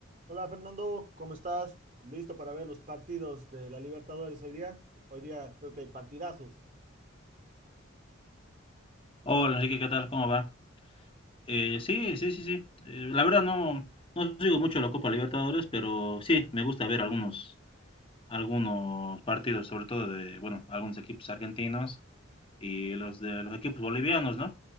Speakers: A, on the right; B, on the left.
A: Hola Fernando, ¿cómo estás? ¿Listo para ver los partidos de la Libertadores hoy día? Hoy día creo que hay partidazos.
B: Hola Enrique, ¿qué tal? ¿Cómo va? Eh, sí, sí, sí, sí. Eh, la verdad no, no sigo mucho la Copa Libertadores, pero sí, me gusta ver algunos, algunos partidos, sobre todo de, bueno, algunos equipos argentinos y los de los equipos bolivianos, ¿no?